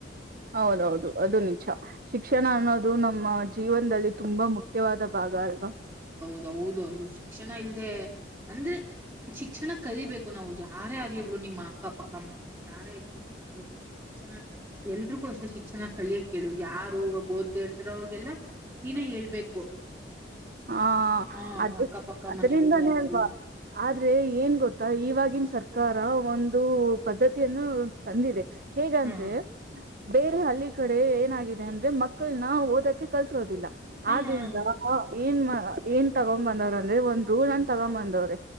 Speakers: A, on the right; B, on the right.
A: ಹೌದೌದು ಅದು ನಿಜ ಶಿಕ್ಷಣ ಅನ್ನೋದು ನಮ್ಮ ಜೀವನ್ದಲ್ಲಿ ತುಂಬಾ ಮುಖ್ಯವಾದ ಬಗ್ಯಾ. ರಿಗ
B: ಹೌದೌದು. ಕ್ಷಷಣ ಇಲ್ದೆ. ಅಂದ್ರೆ. ಶಿಕ್ಷಣ ಕಲಿಬೇಕು. ನಾವು ಯಾರೇ ಆಗ್ಲಿಬಿಡು ನಿಮ್ಮ ಅಕ್ಕ ಪಕ್ಕ ಮನೆಯವರ್ ಯಾರೇ ಇದ್ರು <unintelligible> ಶಿಕ್ಷಣ ಎಲ್ರಿಗೂ ಅಷ್ಟೆ ಶಿಕ್ಷಣ ಕಲಿಯಕ್ಕೇಳು ಯಾರು ಓದ್ದೇ ಇರ್ತಾರೋ ಅವ್ರಿಗೆಲ್ಲಾ ನೀನ ಹೇಳ್ಬೇಕು.
A: ಹಾ
B: ಹಾ
A: ಅದು
B: ಅಕ್ಕಪಕ್ಕ
A: ಅದ್ರಿಂದಾನೇ
B: ಮನೆಗಳಿಗೆ ಆಗಿರ್ಲಿ
A: ಅಲ್ವಾ. ಆದ್ರೆ ಏನ್ ಗೊತ್ತಾ ಇವಾಗಿನ್ ಸರ್ಕಾರ ಗ ಒಂದು ಪದ್ಧತಿಯನ್ನು ತಂದಿದೆ. ಹೇಗಂದ್ರೆ.
B: ಹಾ
A: ಬೇರೆ ಹಳ್ಳಿ ಕಡೆ ಏನಾಗಿದೆ ಅಂದ್ರೆ ಮಕ್ಕಳ್ನ ಓದಕ್ಕೆ ಕಲ್ಸೋದಿಲ್ಲ.
B: ಹಾ
A: ಆದ್ರಿಂದಾ
B: ಹಾ
A: ಅ ಏನ್ ಮ ಏನ್ ತಗೊಂಬಂದವ್ರ್ ಅಂದ್ರೆ ಒಂದ್ ರೂಲ್ ಅನ್ ತಗನ್ಬಂದವ್ರೆ.